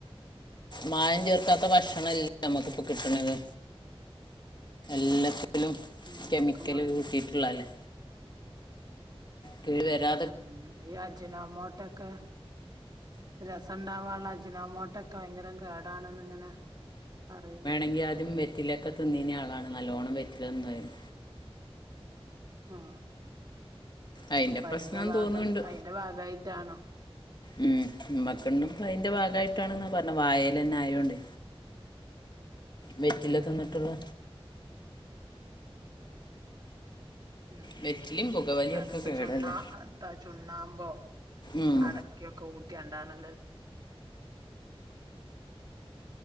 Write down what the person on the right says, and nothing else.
ഉം
ഒക്കെ മാറി
ഉം ഈയാഴ്ചയിൽ നമോട്ടക്ക രസം ഉണ്ടാവാനുള്ള അജിനോമോട്ടൊക്കെ ഭയങ്കരം കേടാണെന്ന് ഇങ്ങനെ പറയുന്നു
ഉ
അപ്പൊ
അതിന്റെ ഭാഗം
അതിന്റെ ഭാഗമായിട്ടാണോ
ഉം
ഉം
അത്പ്പോ
ചുണ്ണാ ചുണ്ണാമ്പോ
അട <unintelligible>